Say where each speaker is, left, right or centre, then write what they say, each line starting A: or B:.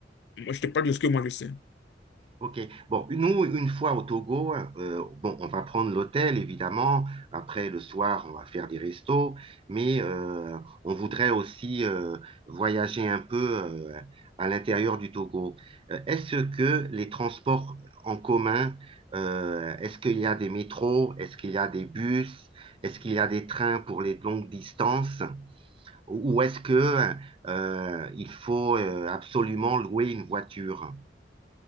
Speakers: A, on the left; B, on the right.
A: moi, je te parle de ce que moi je sais.
B: OK. Bon, nous, une fois au Togo, euh, bon, on va prendre l'hôtel, évidemment. Après, le soir, on va faire des restos. Mais euh, on voudrait aussi euh, voyager un peu euh, à l'intérieur du Togo. Euh, est-ce que les transports en commun, euh, est-ce qu'il y a des métros? Est-ce qu'il y a des bus? Est-ce qu'il y a des trains pour les longues distances? Ou ou est-ce que euh, il faut euh, absolument louer une voiture?